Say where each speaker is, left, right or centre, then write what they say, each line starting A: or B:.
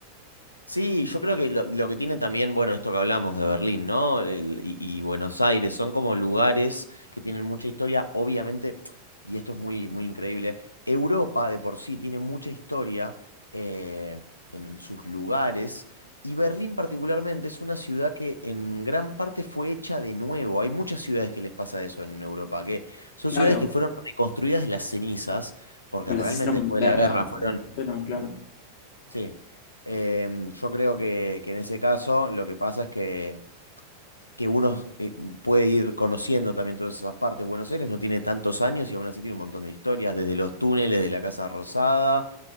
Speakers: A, on the left; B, on the left.
A: Sí, yo creo que lo, lo que tiene también, bueno, esto que hablamos de Berlín, ¿no? El- y, y Buenos Aires, son como lugares que tienen mucha historia, obviamente, y esto es muy, muy increíble, Europa de por sí tiene mucha historia eh, en, en sus lugares, y Berlín particularmente es una ciudad que en gran parte fue hecha de nuevo. Hay muchas ciudades que les pasa eso en Europa, que son
B: Claro,
A: ciudades que fueron reconstruidas de las cenizas, porque
B: pues
A: realmente
B: las hicieron
A: después
B: verga.
A: de la guerra fueron
B: fueron claro.
A: Sí, Em, yo creo que, que en ese caso lo que pasa es que que uno eh, puede ir conociendo también todas esas partes. Buenos Aires no tiene tantos años y aún así tiene un montón de historias, desde los túneles de la Casa Rosada